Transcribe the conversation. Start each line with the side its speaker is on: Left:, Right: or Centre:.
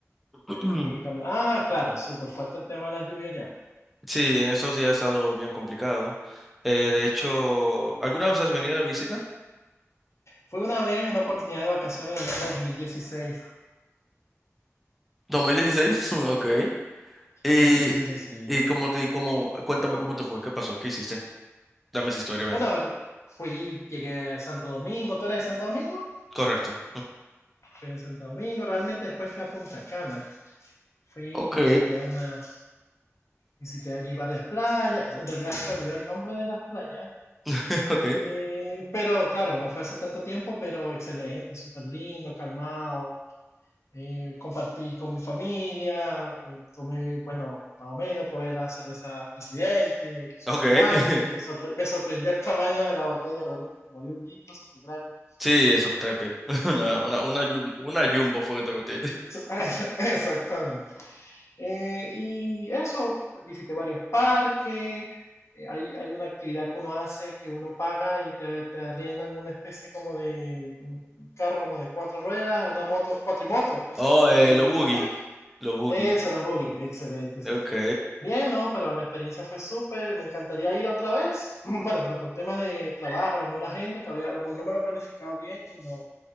Centre: <clears throat>
Left: República Domin- Ah, claro, súper fuerte el tema de la lluvia allá.
Centre: Sí, en esos días ha estado bien complicado. Eh, de hecho, ¿alguna vez has venido de visita?
Left: Fue una vez, una oportunidad de vacaciones en el año dos mil dieciséis,
Centre: 2016, <laughs> ok. Y,
Left: dos mil dieciséis, sí.
Centre: y cómo te, y cómo, cuéntame cómo te fue, qué pasó, qué hiciste. Dame esa historia, venga.
Left: Bueno, a ver, fui, llegué a Santo Domingo, ¿tú eres de Santo Domingo?
Centre: Correcto.
Left: Fui a Santo Domingo, realmente después fui a Punta Cana. Fui,
Centre: Ok,
Left: visité una, visité allí varias playas. En realidad se me olvidó el nombre de las playas,
Centre: <laughs> ok,
Left: Eh, pero claro, no fue hace tanto tiempo, pero excelente, súper lindo, calmado. Eh, compartí con mi familia, eh, tomé, bueno, más o menos, probé la cerveza Presidente, súper
Centre: ok.
Left: grande,
Centre: <laughs>
Left: me, sorpre- me sorprendió el tamaño de la botella, realmente como de un litro, súper grande.
Centre: Sí, es Softrapia. <laughs> Una, una, una, jum- una jumbo fue que te metiste.
Left: <laughs>
Centre: <laughs>
Left: Exactamente. Eh, y eso, visité varios parques, eh, hay, hay una actividad que uno hace que uno paga y te, te arriendan una especie como de un carro como de cuatro ruedas, una moto, cuatrimoto, creo que
Centre: Oh, eh,
Left: Y
Centre: lo boogie.
Left: bueno,
Centre: Lo boogie.
Left: eso, los buggy, excelente, sí.
Centre: Ok,
Left: Bien, ¿no? Pero la experiencia fue súper, me encantaría ir otra vez, <clears throat> bueno, pero por tema de trabajo, a lo mejor la gente, todavía a lo mejor no me lo he planificado bien y no,